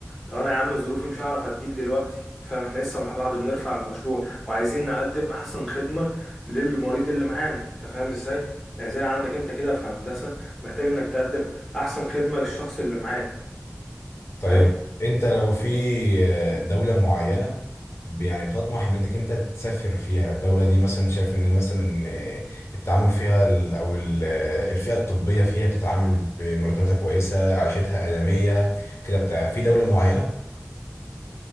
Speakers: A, in the centre; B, on the left.
A: طب أنا يا عم ظروفي مش هعرف أديك دلوقتي فاهم احنا لسه مع بعض بنرفع المشروع وعايزين نقدم أحسن خدمة للمريض اللي معانا انت فاهم ازاي؟ يعني زي عندك انت كده في هندسة محتاج انك تقدم احسن خدمة للشخص اللي معاك
B: طيب
A: فاهم
B: انت لو في آه، دولة معينة ب- يعني بتطمح ان انك انت تسافر فيها الدولة دي مثلا شايف ان مثلا آه، التعامل فيها ال- او ال- آه، الفئة الطبية فيها بتتعامل بمرتباتها كويسة عيشتها آدمية كده بتاع في دولة معينة